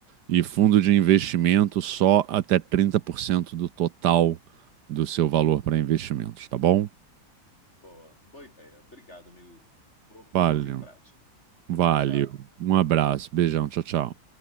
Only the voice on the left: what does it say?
Boa, boa ideia. Obrigado, amigo. Vou pôr
isso em prática.
Tchau.